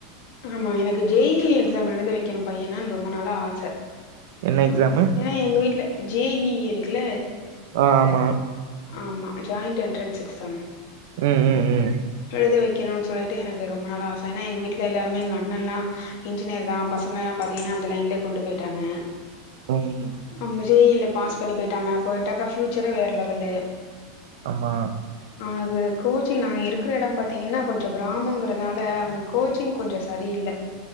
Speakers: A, on the left; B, on the right.
A: ஆமா எனக்கு ஜே இ இ எக்ஸாம் எழுத வைக்கணும் பையனனு ரொம்ப நாளா ஆசை
B: என்ன எக்ஸாமு
A: ஏன்னா எங்க வீட்டுல ஜே இ இ இருக்குல
B: அஹ் ஆமா
A: ஆமா ஜாயிண்ட் எண்ட்ரன்ஸ் எக்ஸாம்
B: உம் உம் உம்
A: எழுத வைக்கணும்னு சொல்லிட்டு எனக்கு ரொம்ப நாளா ஆச ஏன்னா எங்க வீட்டுல எல்லாருமே எங்க அண்ணன் லா இன்ஜினியர் தா பசங்க எல்லாம் பாத்தீங்கன்னா அந்த லைன்லயே கொண்டு போயிட்டாங்க
B: உம்
A: ஆமா ஜே இ இ ல பாஸ் பண்ணி போயிட்டாங்க போயிட்டாக்கா ஃபியூச்சரே வேற லெவல்லு
B: ஆமா
A: அது கோச்சிங் நாங்க இருக்கிற எடம் பார்த்தீங்கன்னா கொஞ்ச கிராமங்கிறதால அவனுக்கு கோச்சிங் கொஞ்ச சரியில்லை